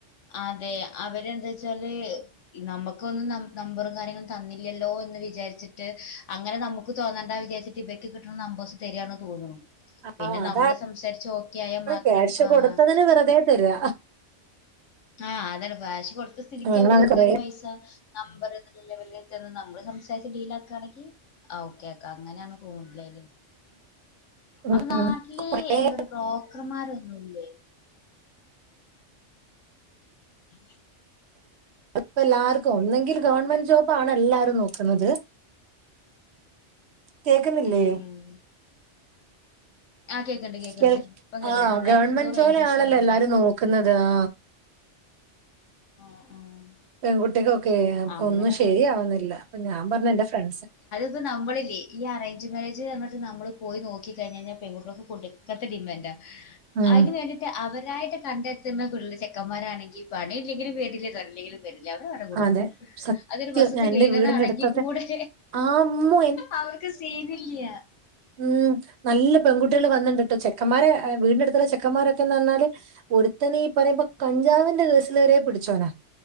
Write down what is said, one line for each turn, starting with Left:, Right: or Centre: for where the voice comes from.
Left: അതെ അവരെന്താച്ചാല് ഇ നമുക്കൊന്നും നം നമ്പറും കാര്യങ്ങളും തന്നില്ലല്ലോ എന്ന് വിചാരിച്ചിട്ട് അങ്ങനെ നമുക്ക് തോന്നണ്ട വിചാരിച് തിബയ്ക്ക് കിട്ടണ നമ്പസ് തെരിയാണോ തോന്നുണു. പിന്നെ
Right: ആഹ് അതാണ്
Left: നമ്മള് സംസാരിച്ച് ഓക്കെ ആയാ മാത്രം.
Right: ക്യാഷ്
Left: ആഹ്
Right: കൊടുത്തതിന് വെറുതെ തരികാ
Left: ആഹ് അതാണ് ബാശി കൊടുത്ത സ്ഥിതിക്ക്
Right: ഞങ്ങളങ്ങനെ
Left: അവര് വെറുതെ
Right: കൊറേ
Left: ഒരു പൈസ നമ്പർ ല്ല ലെവലെ ചെന്ന് നമ്മള് സംസാരിച്ച് ഡീല ആക്കുകയാണെങ്കിൽ ആ ഓക്കെ ഓക്കെ അങ്ങനെയാണ് കൂടുതല്
Right: ഉം
Left: അപ്പൊ നാട്ടില്
Right: കൊറേ
Left: എന്താ പറയാ ബ്രോക്കർമാരൊന്നുല്ലേ? ഉ
Right: അപ്പ എല്ലാർക്കും ഒന്നെങ്കിൽ ഗവൺമെന്റ് ജോബ് ആണ് എല്ലാരും നോക്കുന്നത് കേക്കുന്നില്ലേ?
Left: ഉം ഉം ആ കേക്കണ്ട് കേക്കണ്ട്
Right: കേൾ
Left: ഇപ്പൊ കേക്കണ്ട്
Right: ആഹ്
Left: നേരത്തെ
Right: ഗവൺമെന്റ്
Left: എന്തോ റേഞ്ച്
Right: ജോലിയാണല്ലോ
Left: ഇഷ്യൂ ആയി തോന്നുന്നു
Right: എല്ലാരും നോക് ക്കുന്നത് ആ
Left: ആഹ് ആഹ്
Right: പെൺകുട്ടിക്ക് ഓക്കെ അപ്പൊ
Left: അങ്ങനെയാണ്
Right: ഒന്നും ശരിയാവുന്നില്ല അപ്പൊ ഞാൻ പറഞ്ഞ് എന്റെ ഫ്രണ്ട്സ്
Left: അത് നമ്മളില്ലേ ഈ അറേഞ്ച് മാര്യേജ് പറഞ്ഞിട്ട് നമ്മൾ പോയി നോക്കി കഴിഞ്ഞഴിഞ്ഞാ പെൺകുട്ടൾക്ക് കൊണ്ട് ങ്ങനത്തെ ഡിമാൻഡാ
Right: ഉം
Left: അതിന് വേണ്ടിയിട്ട് അവരായിട്ട് കണ്ടെത്തുന്ന പിള്ളെ ചെക്കന്മാരാണെങ്കിൽ പണി ഇല്ലെങ്കിലും വേണ്ടില്ല തല്ലെലും വല്യാവര് വരെ കൊടക്കും
Right: അതെ. സത്യം.
Left: അതൊരു ബശത്ത്
Right: ഞാൻ
Left: ക്ലീനർ
Right: എന്റെ വീടിന്റെ
Left: ആണെങ്കിൽ
Right: അടുത്തൊക്കെ
Left: കൂടെ
Right: ആ! അമ്മോ!
Left: അവർക്ക് സീനില്ല്യാ
Right: ഉം നല്ല പെൺകുട്ടികൾ വന്നിട്ടുണ്ട്ട്ടോ ചെക്കന്മാരെ വീടിൻ്റെ അടുത്തുള്ള ചെക്കന്മാരൊക്കെന്ന് വന്നാല് ഒരുത്തനെ ഈ പറയുമ്പോ കഞ്ചാവിന്റെ കേസിൽവരെ പിടിച്ചോനാ